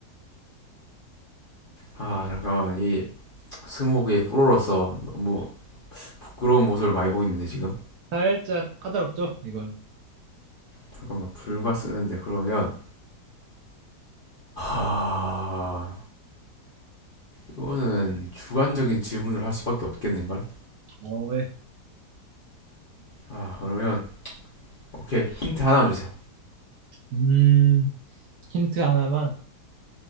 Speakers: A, on the left; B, on the right.
A: 아 잠깐만 이 스무고개 프로로서 너무 부끄러운 모습을 많이 보이는데 지금
B: 살짝 까다롭죠? 이건.
A: 잠깐만 불과 쓰는데 그러면 아 이거는 주관적인 질문을 할 수밖에 없겠는걸?
B: 어, 네.
A: 아 그러면 오케이 힌트 하나만 주세요.
B: 음, 힌트 하나만.